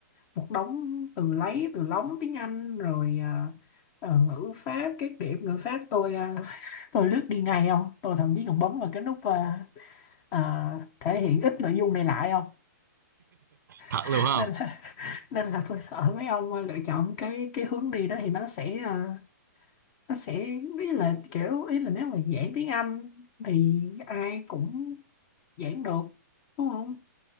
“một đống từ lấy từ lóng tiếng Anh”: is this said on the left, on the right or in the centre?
Left